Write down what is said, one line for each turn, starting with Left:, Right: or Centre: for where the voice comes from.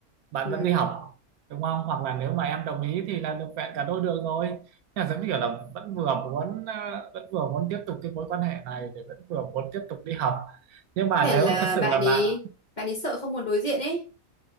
Right: bạn
Left: ừ.
Right: vẫn đi học đúng không? Hoặc là nếu mà em đồng ý thì là được vẹn cả đôi đường rồi. Nhưng mà giống như kiểu là vẫn vừa muốn ờ, vẫn vừa muốn tiếp tục cái mối quan hệ này thì vẫn vừa muốn tiếp tục đi học. Nhưng mà
Left: để
Right: nếu
Left: là
Right: thật
Left: bạn
Right: sự là
Left: ấy
Right: bạn
Left: bạn ấy sợ không muốn đối diện ấy